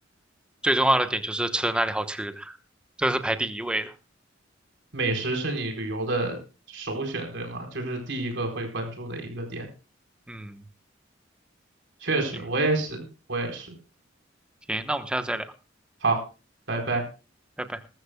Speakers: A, in the centre; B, on the right.
A: 最重要的点就是吃那里好吃的，这是排第一位的。
B: 美食是你旅游的首选，对吗？就是第一个会关注的一个点。
A: 嗯，
B: 确实，
A: 行，
B: 我也是，我也是。
A: 行，那我们下次再聊，
B: 好，拜拜。
A: 嗯，拜拜。